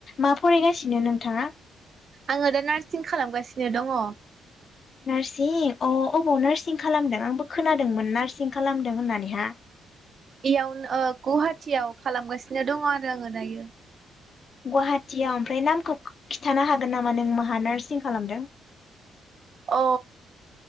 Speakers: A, on the left; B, on the right.
A: मा फरायगासिनो नोंथाङा?
B: आङो दा नार्सिं खालामगासिनो दङ
A: नार्सिं अ अबाव नार्सिं खालामदों आंबो खोनादोंमोन नार्सिं खालामदों होननानैहा
B: इयावनो गुवाहाटियाव खालामगासिनो दङ आरो आङो दायो
A: गुवाहाटियाव ओमफ्राय नामखौ खिन्थानो हागोन नामा नों माहा नार्सिं खालामदों?
B: अ